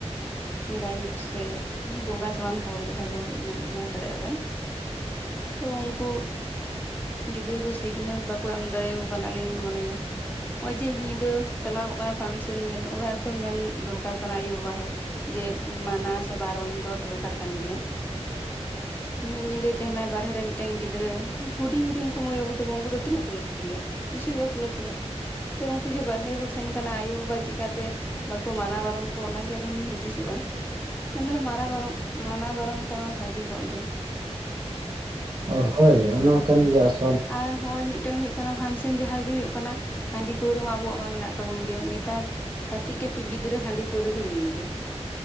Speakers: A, on the left; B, on the right.
A: ᱜᱟᱭᱤᱰ ᱥᱮ ᱵᱚᱸᱜᱟ ᱥᱚᱢᱟᱱ ᱦᱚᱲ ᱡᱟᱦᱟᱸᱭ ᱫᱚ ᱢᱮᱱ ᱫᱟᱲᱮᱭᱟᱜᱼᱟ ᱵᱮᱱ ᱛᱚ ᱩᱱᱠᱩ ᱜᱤᱫᱽᱨᱟᱹ ᱠᱚ ᱥᱤᱠᱷᱱᱟᱹᱛ ᱵᱟᱠᱚ ᱮᱢ ᱫᱟᱲᱮᱭᱟᱠᱚ ᱠᱟᱱᱟ ᱟᱹᱞᱤᱧ ᱞᱤᱧ ᱢᱚᱱᱮᱭᱟ ᱱᱚᱜ ᱚᱭ ᱡᱮ ᱧᱤᱫᱟᱹ ᱪᱟᱞᱟᱣ ᱠᱚ ᱠᱟᱱᱟᱭ ᱯᱷᱟᱱᱥᱮᱱ ᱧᱮᱞ ᱚᱲᱟᱜ ᱨᱮᱛᱚ ᱢᱮᱱ ᱫᱚᱨᱠᱟᱨ ᱠᱟᱱᱟ ᱟᱭᱳ ᱵᱟᱵᱟ ᱦᱚᱸ ᱡᱮ ᱢᱟᱱᱟ ᱥᱮ ᱵᱟᱨᱚᱱ ᱫᱚ ᱫᱚᱨᱠᱟᱨ ᱠᱟᱱ ᱜᱮᱭᱟ ᱢᱤᱫ ᱧᱤᱫᱟᱹᱭ ᱛᱟᱦᱮᱱᱟᱭ ᱵᱟᱨ ᱮ ᱨᱮ ᱢᱤᱫᱴᱟᱝ ᱜᱤᱫᱽᱨᱟᱹᱦᱚᱰᱤᱝ ᱦᱚᱰᱤᱝ ᱢᱟᱹᱭ ᱵᱟᱹᱵᱩ ᱛᱟᱠᱚ ᱩᱱᱠᱩ ᱫᱚ ᱛᱤᱱᱟᱹᱜ ᱠᱚ ᱞᱟᱹᱴᱩ ᱜᱮᱭᱟ ᱵᱤᱥᱤ ᱫᱚ ᱵᱟᱠᱚ ᱞᱟᱹᱴᱩᱣᱟ ᱩᱱᱠᱩ ᱡᱮ ᱵᱟᱨᱦᱮ ᱠᱚ ᱛᱟᱦᱮᱱ ᱠᱟᱱᱟ ᱟᱭᱳ ᱵᱟᱵᱟ ᱪᱤᱠᱟᱛᱮ ᱵᱟᱠᱚ ᱢᱟᱱᱟ ᱵᱟᱨᱚᱱ ᱠᱚᱣᱟ ᱚᱱᱟᱜᱮ ᱟᱹᱞᱤᱧ ᱞᱤᱧ ᱦᱩᱫᱤᱥᱚᱜᱼᱟ ᱚᱱᱟ ᱫᱚ ᱢᱟᱨᱟ ᱵᱟᱨᱚ ᱢᱟᱱᱟ ᱵᱟᱨᱚᱱ ᱞᱮᱠᱷᱟᱡ ᱢᱟ ᱵᱷᱟᱹᱜᱤ ᱠᱚᱜ ᱜᱮ
B: ᱚ ᱦᱳᱭ ᱚᱱᱟ ᱠᱟᱱ ᱜᱮᱭ ᱟᱥ
A: ᱟᱨ ᱦᱚᱭ ᱢᱤᱫᱴᱮᱜ ᱦᱩᱭᱩᱜ ᱚᱱᱟ ᱯᱷᱟᱱᱥᱮᱱ ᱡᱟᱦᱟᱸ ᱨᱮᱜᱮ ᱦᱩᱭᱩᱜ ᱠᱟᱱᱟ ᱦᱟᱺᱰᱤ ᱯᱟᱹᱣᱨᱟᱹ ᱢᱟ ᱟᱵᱚᱣᱟᱜ ᱢᱟ ᱢᱮᱱᱟᱜ ᱛᱟᱵᱚᱱ ᱜᱮᱭᱟ ᱱᱮᱛᱟᱨ ᱠᱟᱹᱴᱤᱡ ᱠᱟᱹᱴᱤᱡ ᱜᱤᱫᱽᱨᱟᱹ ᱦᱟᱺᱰᱤ ᱯᱟᱹᱣᱨᱟᱹ ᱠᱚ ᱧᱩᱭᱮᱫᱟ